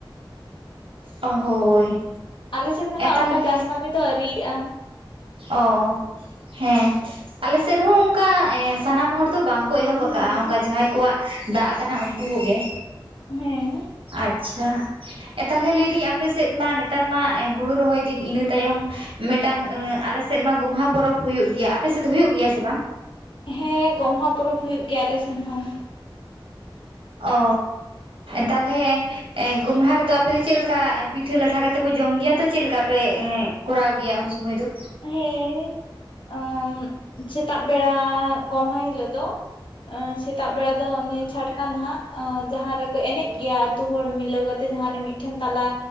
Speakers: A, on the right (about 85°); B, on the left (about 70°).
A: ᱚ ᱦᱳᱭ᱾
B: ᱟᱞᱮᱥᱮᱱ ᱫᱚ ᱱᱟᱜ
A: ᱛᱟᱞᱦᱮ
B: ᱚᱱᱠᱟ ᱪᱟᱥ ᱠᱟᱹᱢᱤ ᱫᱚ ᱟᱹᱣᱨᱤᱭᱟᱜᱼᱟ᱾
A: ᱚ ᱦᱮᱸ ᱟᱞᱮ ᱥᱮᱫ ᱦᱚᱸ ᱚᱱᱠᱟ ᱥᱟᱱᱟᱢ ᱦᱚᱲ ᱫᱚ ᱵᱟᱝ᱾ ᱠᱚ ᱮᱦᱚᱵ
B: ᱦᱩᱸ
A: ᱟᱠᱟᱫᱟᱼᱟ ᱚᱱᱠᱟ ᱡᱟᱦᱟᱸᱭ ᱠᱚᱣᱟᱜ ᱫᱟᱜ ᱟᱠᱟᱱᱟ ᱩᱱᱠᱩ ᱠᱚᱜᱮ᱾
B: ᱦᱮᱸ᱾
A: ᱟᱪᱪᱷᱟ᱾ ᱛᱟᱦᱞᱮ ᱞᱟᱹᱭ ᱫᱟᱹᱧ ᱟᱯᱮ ᱥᱮᱫ ᱢᱟ ᱱᱮᱛᱟᱨ ᱢᱟ ᱦᱩᱲᱩ ᱨᱚᱦᱚᱭ ᱫᱤᱱ ᱤᱱᱟᱹ ᱛᱟᱭᱚᱢᱼᱼ ᱢᱤᱫᱴᱟᱝ ᱟᱞᱮᱥᱮᱫ ᱢᱟ ᱜᱚᱢᱦᱟ ᱯᱚᱨᱚᱵᱽ ᱦᱩᱭᱩᱜ ᱜᱮᱭᱟ ᱟᱯᱮ ᱥᱮᱫ ᱫᱚ ᱦᱩᱭᱩᱜ ᱜᱮᱭᱟ ᱥᱮ ᱵᱟᱝ?
B: ᱦᱮᱸ ᱜᱚᱢᱦᱟ ᱯᱚᱨᱚᱵᱽ ᱦᱩᱭᱩᱜ ᱜᱮᱭᱟ ᱟᱞᱮᱥᱮᱱ ᱦᱚᱸ᱾
A: ᱚ ᱛᱟᱦᱚᱞᱮᱼᱼ ᱮᱜ ᱜᱚᱢᱦᱟ ᱨᱮᱫᱚ ᱟᱯᱮ ᱫᱚ ᱪᱮᱫ ᱞᱮᱠᱟ ᱯᱤᱴᱷᱟᱹ ᱞᱟᱴᱷᱟ ᱠᱟᱛᱮᱫ ᱠᱚ ᱡᱚᱢ ᱜᱮᱭᱟ ᱛᱚ ᱪᱮᱫ ᱞᱮᱠᱟ ᱯᱮ ᱮᱸᱜ᱾ ᱠᱚᱨᱟᱣ ᱜᱮᱭᱟ ᱩᱱ ᱥᱩᱢᱚᱭ ᱫᱚ᱾
B: ᱦᱮᱸ ᱥᱮᱛᱟᱜ ᱵᱮᱲᱟ ᱜᱚᱢᱦᱟ ᱦᱤᱞᱳᱜ ᱫᱚ᱾ ᱥᱮᱛᱟᱜ ᱵᱮᱲᱟ ᱫᱚ ᱚᱱᱮ ᱪᱷᱟᱴᱠᱟ ᱱᱟᱦᱟᱜ ᱡᱟᱦᱟᱸ ᱨᱮᱠᱚ ᱮᱱᱮᱡ ᱜᱮᱭᱟ ᱟᱹᱛᱩ ᱦᱚᱲ ᱢᱤᱞᱟᱹᱣ ᱠᱟᱛᱮᱜ ᱡᱟᱦᱟᱸ ᱨᱮ ᱢᱤᱫ ᱮᱠᱷᱮᱱ ᱛᱟᱞᱟ